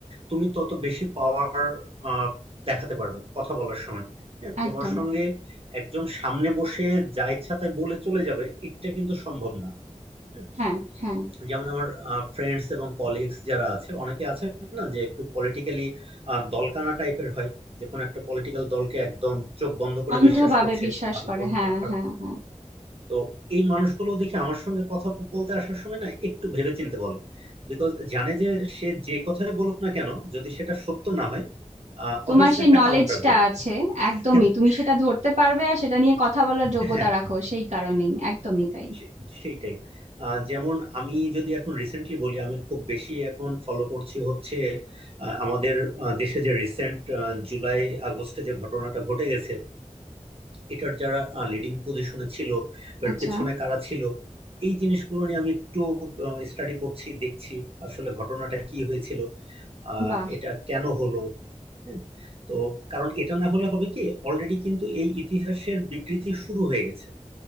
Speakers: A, on the right (about 45°); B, on the right (about 65°).
A: তুমি তত বেশি পাওয়ার দেখাতে পারবে কথা বলার সময় হ্যাঁ তোমার
B: একদম
A: সঙ্গে একজন সামনে বসে যা ইচ্ছা তাই বলে চলে যাবে এটা কিন্তু সম্ভব না হ্যাঁ?
B: হ্যাঁ হ্যাঁ
A: যেমন আমার ফ্রেন্ডস এবং কলিগস যারা আছে অনেকে আছে না যে একটু পলিটিক্যালি দলকানা টাইপের হয় যে কোনো একটা পলিটিক্যাল দলকে একদম চোখ বন্ধ করে
B: অন্ধভাবে
A: বিশ্বাস করছে
B: বিশ্বাস
A: ভালো
B: করে
A: করুক
B: হ্যাঁ
A: বা খারাপ।
B: হ্যাঁ হ্যাঁ
A: তো এই মানুষগুলো দেখি আমার সঙ্গে কথা বলতে আসার সময় না একটু ভেবেচিন্তে বলে বিকজ জানে যে সে যে কথাই বলুক না কেন যদি সেটা সত্য না হয়
B: তোমার
A: অবভিয়াসলি
B: সেই
A: একটা
B: নলেজটা
A: কাউন্টার দেবে
B: আছে একদমই
A: <laughs>
B: তুমি সেটা ধরতে পারবে আর সেটা নিয়ে কথা বলার যোগ্যতা
A: হ্যাঁ
B: রাখো সেই কারণেই একদমই তাই
A: সে- সেইটাই আহ, যেমন আমি যদি এখন রিসেন্টলি বলি আমি খুব বেশি এখন ফলো করছি হচ্ছে আহ, আমাদের আহ, দেশে যে রিসেন্ট জুলাই আগস্টে যে ঘটনাটা ঘটে গেছে এটার যারা লিডিং পজিশনে ছিল বা
B: আচ্ছা
A: এর পেছনে কারা ছিল এই জিনিসগুলো নিয়ে আমি একটু স্টাডি করছি দেখছি আসলে ঘটনাটা কি হয়েছিল আহ
B: বাহ
A: এটা কেন হলো হ্যাঁ তো কারণ এটা না হলে হবে কি অলরেডি কিন্তু এই ইতিহাসের বিকৃতি শুরু হয়ে গেছে